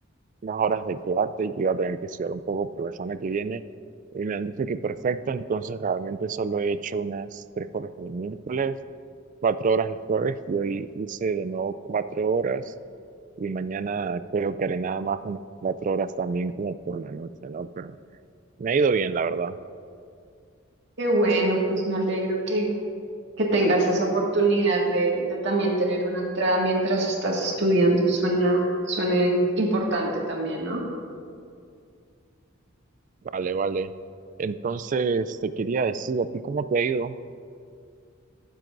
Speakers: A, on the right; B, on the right.
A: unas horas de clase y que iba a tener que estudiar un poco por la semana que viene. Y me han dicho que perfecto, entonces realmente solo he hecho unas tres horas el miércoles, cuatro horas el jueves, y hoy hice de nuevo cuatro horas. Y mañana creo que haré nada más unas cuatro horas también como por la noche, ¿no? Pero me ha ido bien, la verdad.
B: Qué bueno, pues me alegro que, que tengas esa oportunidad de, de también tener una entrada mientras estás estudiando. Suena, suena in- importante también, ¿no?
A: Vale, vale. Entonces, te quería decir, ¿a ti cómo te ha ido?